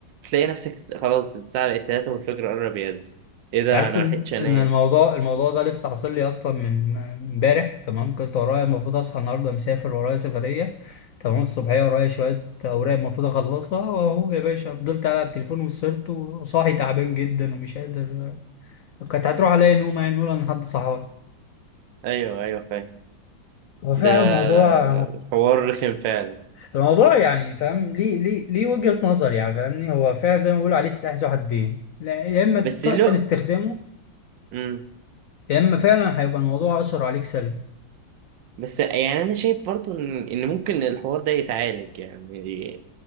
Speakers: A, on the right; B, on the left.
A: تلاقي نفسك الس- خلاص الساعة بقت 3 والفجر قرب يهز إيه ده
B: عارف
A: أنا
B: ان
A: ملحقتش أنام
B: ان الموضوع الموضوع ده لسه حاصل لي اصلا من امبارح تمام كنت ورايا المفروض اصحى النهارده مسافر ورايا سفريه تمام الصبحيه ورايا شويه اوراق المفروض اخلصها واهو يا باشا فضلت قاعد على التليفون وسهرت وصاحي تعبان جدا ومش قادر كانت هتروح عليا نوم يعني نقول انا حد صحوان
A: أيوه أيوه فاهم
B: هو فعلا
A: ده
B: الموضوع
A: الحوار رخم فعلا
B: الموضوع يعني فاهم ليه ليه ليه وجهة نظر يعني فاهمني هو فعلا زي ما بيقولوا عليه سلاح ذو حدين لا يا اما
A: بس
B: تحسن
A: لو
B: استخدامه
A: مم.
B: يا اما فعلا هيبقى الموضوع اثر عليك سلبي
A: بس يعني أنا شايف برضو إن إن ممكن الحوار ده يتعالج يعني